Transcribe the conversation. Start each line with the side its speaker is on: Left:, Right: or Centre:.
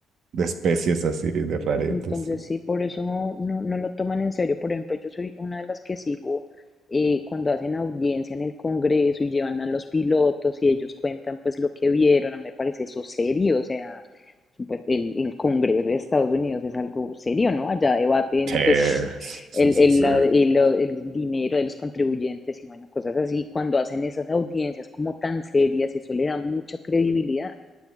Right: de especies así, de raretes.
Left: Entonces, sí, por eso no, no, no lo toman en serio. Por ejemplo, yo soy una de las que sigo eh, cuando hacen audiencia en el Congreso y llevan a los pilotos y ellos cuentan pues lo que vieron. A mí me parece eso serio. O sea, pues, el, el Congreso de Estados Unidos es algo serio, ¿no? Allá debaten
Right: Sí,
Left: pues
Right: sí,
Left: el,
Right: sí,
Left: el,
Right: sí.
Left: la- el- el dinero de los contribuyentes y bueno, cosas así. Cuando hacen esas audiencias como tan serias, eso le da mucha credibilidad.